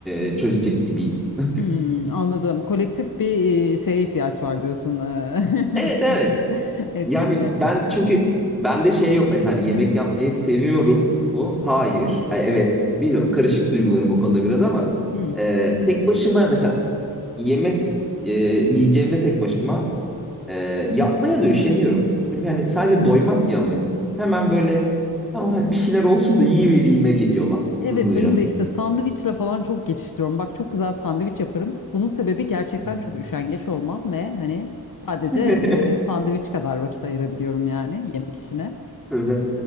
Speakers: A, in the centre; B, on the left (about 55°).
A: e, çözecek gibiyiz. <laughs>
B: Hmm, anladım. Kolektif bir e, şeye ihtiyaç var diyorsun e,
A: Evet evet.
B: <laughs> etkinliğe.
A: Yani ben çünkü bende şey yok mesela hani yemek yapmayı seviyorum mu? Hayır. Ay, evet. Bilmiyorum karışık duygularım o konuda biraz ama
B: Hmm.
A: e, tek başıma mesela yemek e, yiyeceğimde tek başıma e, yapmaya da üşeniyorum. Çünkü hani sadece doymak ya amacım. Hemen böyle ama bir şeyler olsun da yiyivereyim'e geliyorlar
B: Evet
A: hızlıca.
B: benim de işte sandviçle falan çok geçiştiriyorum. Bak çok güzel sandviç yaparım. Bunun sebebi gerçekten
A: Hı hı.
B: çok üşengeç olmam ve hani sadece
A: <laughs>
B: e, sandviç kadar vakit ayırabiliyorum yani yemek işine.
A: Hı hı.